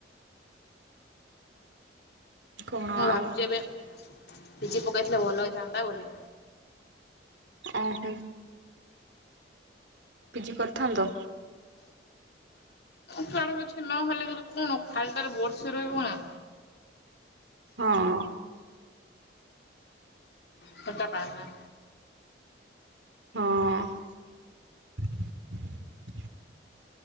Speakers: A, on the right; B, on the left.
A: କଣ
B: ମୁଁ
A: ଆଉ
B: ଭାବୁଛି ଏବେ, ଭିଜି ପକେଇଥିଲେ ଭଲ ହେଇଥାନ୍ତା ବୋଲି
A: ଆ ହୁଁ। ପିଜି କରିଥାନ୍ତ?
B: କୁଆଡ଼େ କିଛି ନହେଲେ ବି କଣ ଖାଲି ଟାରେ ବର୍ଷେ ରହିବୁ ନା।
A: ହଁଅଂ।
B: ସେଟା ପାଇମା।
A: ହଁଅଂ